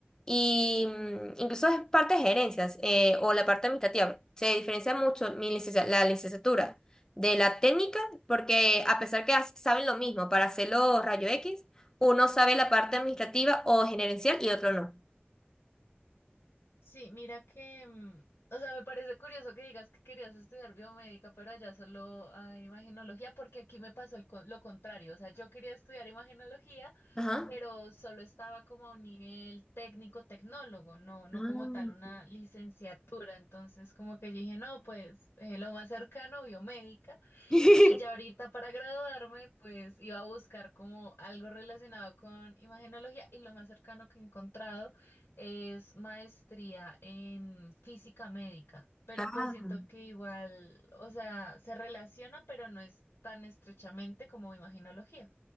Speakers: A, on the left (about 15°); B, on the left (about 80°).
A: Y mm, incluso es parte de gerencias eh, o la parte administrativa. Se diferencia mucho mi licencia- la licenciatura de la técnica porque a pesar que as- saben lo mismo para hacerlo rayo X, uno sabe la parte administrativa o gerencial y otro no.
B: Sí, mira que, mm, o sea, me parece curioso que digas que querías estudiar biomédica, pero allá solo hay imagenología, porque aquí me pasó el con- lo contrario, o sea, yo quería estudiar imagenología,
A: Ajá.
B: pero solo estaba como a un nivel técnico-tecnólogo, no, no
A: Ah.
B: como tal una licenciatura, entonces como que yo dije, no, pues eh, lo más cercano, biomédica,
A: <laughs>
B: y ya ahorita para graduarme, pues iba a buscar como algo relacionado con imagenología, y lo más cercano que he encontrado es maestría en física médica, pero
A: Ah.
B: pues siento que igual, o sea, se relaciona, pero no es tan estrechamente como imaginología.